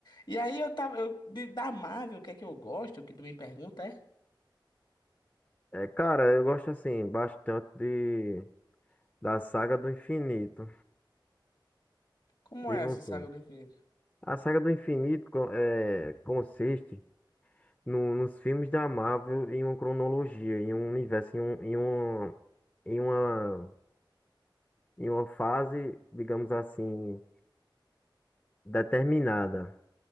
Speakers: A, on the left (about 60°); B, on the left (about 20°).
A: E aí eu tava. Eu, de- da Marvel, o que é que eu gosto? O que tu me pergunta é?
B: É, é, cara, eu gosto assim bastante de, da saga do infinito.
A: Como
B: E
A: é
B: você?
A: essa saga do infinito?
B: A saga do infinito co- é, consiste no- nos filmes da Marvel em uma cronologia, em um universo, em, um, em, uma, em, uma, em uma fase, digamos assim, determinada.